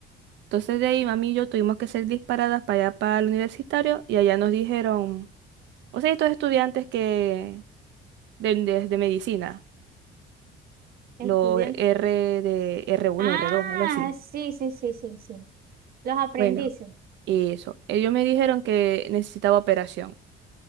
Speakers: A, on the right; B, on the right.
A: Entonces de ahí mami y yo tuvimos que ser disparadas para allá para el universitario y allá nos dijeron, o sea, estos estudiantes que de, de- de medicina,
B: estudiante.
A: los R de r uno
B: Ah,
A: r dos algo así.
B: sí, sí, sí, sí, sí. Los aprendices.
A: Bueno, y eso. Ellos me dijeron que necesitaba operación.